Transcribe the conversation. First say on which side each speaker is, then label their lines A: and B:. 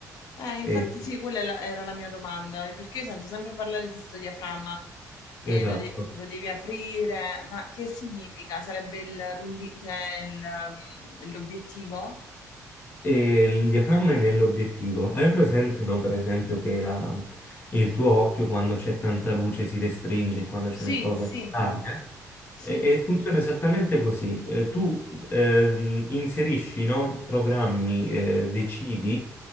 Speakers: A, on the left (about 70°); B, on the left (about 30°).
A: Eh, infatti
B: E-
A: sì, quella è la- era la mia domanda, perché io sento sempre parlare di sto diaframma, che
B: esatto.
A: lo, de- lo devi aprire, ma che significa? Sarebbe il rulli- cioè il, um, l'obiettivo?
B: E il diaframma è nell'obiettivo. Hai presente, no, per esempio, che la- il tuo occhio quando c'è tanta luce si restringe e quando
A: Sì,
B: ce n'è poca
A: sì,
B: si allarga?
A: sì.
B: E, e funziona esattamente così. Eh, tu ehm, inserisci, no, programmi, eh, decidi